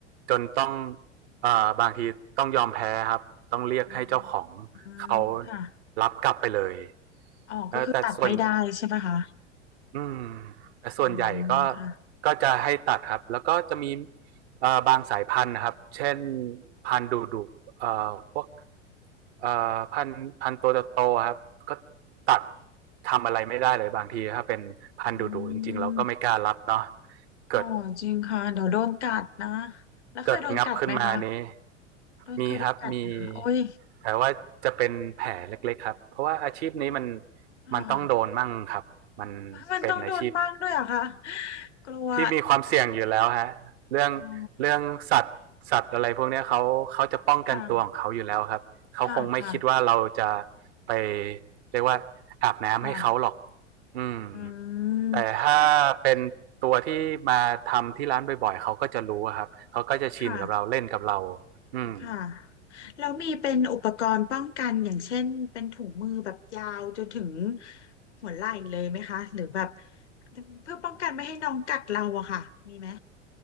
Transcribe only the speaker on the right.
จนต้องเอ่อบางทีต้องยอมแพ้ครับต้องเรียกให้เจ้าของ
เขารับกลับไปเลย
เออแต่ส่วน อืมแต่ส่วนใหญ่ก็
ก็จะให้ตัดครับแล้วก็จะมีเอ่อบางสายพันธุ์นะครับเช่นพันธุ์ดุดุเอ่อพวกเอ่อพันธุ์พันธุ์ตัวโตๆครับก็ตัดทำอะไรไม่ได้เลยบางทีถ้าเป็นพันธุ์ดุดุจริงๆเราก็ไม่กล้ารับเนาะ
เกิด
เกิดงับขึ้นมานี้
มีครับมีแต่ว่าจะเป็นแผลเล็กๆครับเพราะว่าอาชีพนี้มัน
มันต้องโดนมั่งครับมัน
เป็นอาชีพ
ที่มีความเสี่ยงอยู่แล้วฮะเรื่อง
เรื่องสัตว์สัตว์อะไรพวกนี้เขาเขาจะป้องกันตัวของเขาอยู่แล้วครับเขาคงไม่คิดว่าเราจะ
ไปเรียกว่าอาบน้ำให้เขาหรอก
อืม
แต่ถ้าเป็นตัวที่มาทำที่ร้านบ่อยๆเขาก็จะรู้ครับเขาก็จะชินกับเราเล่นกับเรา
อืม